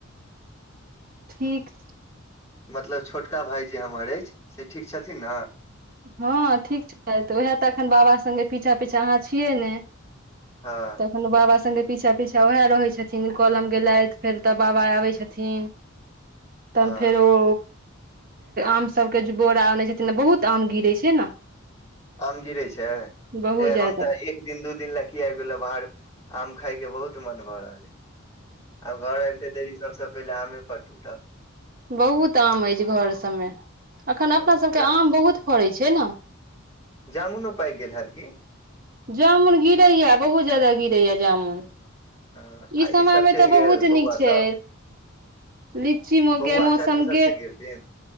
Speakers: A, on the right; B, on the left.
A: ठीक छै
B: मतलब छोटका भााय जे हमर अछि से ठीक छथिन ने
A: हँ ठीक छै तऽ उएह तऽ एखन बाबा सङ्गे पीछा पीछा अहाँ छियै ने
B: हँ
A: बाबा सगे पीछा पीछा वएह रहे छथिन कलम गेलथि फेर तब बाबा आबै छथिन तहन
B: हँ
A: फेर ओ आम सभके जे बोरा अनै छथिन बहुत आम गिरै छै ने
B: आम गिरे छै ए
A: बहुत ज्यादा
B: हम तऽ एक दिन दू दिन ला की आबि गेलो बाहर आम खाय के बहुत मन भऽ रहल है आब घर एयलते तऽ ई सबसे पहिले आमे फट उट
A: बहुत आम अछि घर सबमे अखन
B: हँ
A: अपना सबके
B: जा
A: आम बहुत फड़ैत छै ने
B: जामुनो पाईक गेल हैत कि
A: जामुन गिरैया बहुत जदा गिरैया जामुन
B: हँ
A: ई
B: आ
A: समयमे
B: ईसभ चलि
A: तऽ
B: गेल
A: बहुत
B: बौआ
A: नीक छै
B: सब
A: लीची मोगे
B: बौआ
A: मौसम
B: चाची सब
A: ग
B: चलि गेलखिन